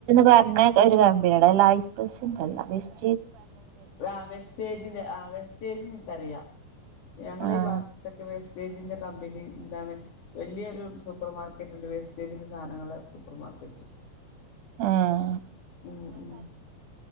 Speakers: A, on the right (about 65°); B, on the left (about 65°).
A: പറഞ്ഞ ഒരു കമ്പിനിയുടെ ലൈഫ് അല്ല വസ്റ്റ്
B: ആ വെസ്റ്റേജിന്റെ ആ വെസ്റ്റേജ അറിയാം ഞങ്ങ
A: ആഹ്
B: ഈ <unintelligible> ഭാഗത്തൊക്കെ വ തേജിന്റെ കമ്പനിന്താണ് വല്യയൊരു സൂപ്പർ മാർക്കറ്റ്ണ്ട് വെസ്റ്റേജിന്റെ സാധനങ്ങളെ സൂപ്പർ മാർക്കറ്റ്
A: ആഹ
B: ഉം ഉ